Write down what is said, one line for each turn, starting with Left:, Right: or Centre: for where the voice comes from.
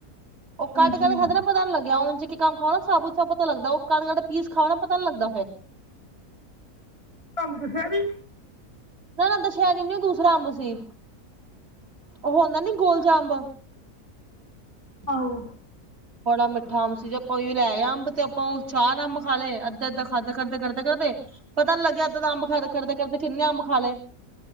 Right: ਉਹ
Left: ਹਾਂਜੀ
Right: ਕੱਟ ਕੇ ਤੇ ਖਤਮ। ਪਤਾ ਨੀ ਲੱਗਿਆ। ਉਂਝ ਇੱਕ-ਇੱਕ ਅੰਬ ਖਾਓ ਨਾ ਸਾਬੁਤ - ਸਾਬੁਤ ਜਾ ਲੱਗਦਾ, ਉਹ ਕਟ- ਕਟ ਕੇ ਪੀਸ ਖਾਓ ਨਾ, ਪਤਾ ਨੀ ਲੱਗਦਾ ਫੇਰ।
Left: ਤੁਹਾਨੂੰ ਦਸ਼ੈਰੀ?
Right: ਨਾ-ਨਾ ਦੁਸ਼ੈਰੀ ਨੀਂ ਓਹ ਦੂਸਰਾ ਅੰਬ ਸੀ। ਉਹ ਹੁੰਦਾ ਨੀ ਗੋਲ ਜਿਹਾ ਅੰਬ।
Left: ਆਹੋ।
Right: ਬੜਾ ਮਿੱਠਾ ਅੰਬ ਸੀ ਜੇ ਆਪਾਂ ਓਹੀਓ ਲੈ ਆਏ ਅੰਬ ਤੇ ਆਪਾਂ ਉਹ ਚਾਰ ਅੰਬ ਖਾ ਲਏ। ਅੱਧਾ-ਅੱਧਾ ਖਾਦੇ ਕਰਦੇ- ਕਰਦੇ, ਕਰਦੇ। ਪਤਾ ਨਹੀਂ ਲੱਗਿਆ ਏਦਾਂ ਦਾ ਅੰਬ ਖਾਦ ਕਰਦੇ-ਕਰਦੇ ਕਿੰਨੇ ਅੰਬ ਖਾ ਲਏ।